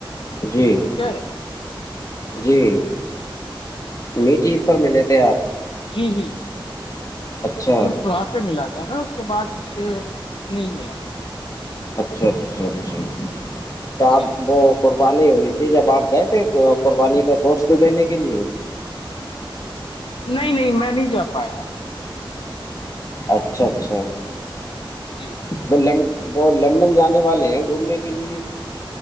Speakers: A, on the left; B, on the left.
A: جی
B: ٹھیک ہے
A: جی میٹ عید پر ملے تھے آپ
B: جی جی
A: اچھا
B: عید الضحا پہ ملا تھا اس کے بعد مج سے نہیں ملا
A: اچھا اچھا اچھا تو آپ
B: جی
A: وہ قربانی ہوئی تھی جب آپ گئے تھے قربانی کا گوشت دینے کے لیے
B: نہیں نہیں میں نہیں جا پایا
A: اچھا اچھا
B: جی
A: وہ ل وہ لندن جانے والے ہیں گھومنے کے لیے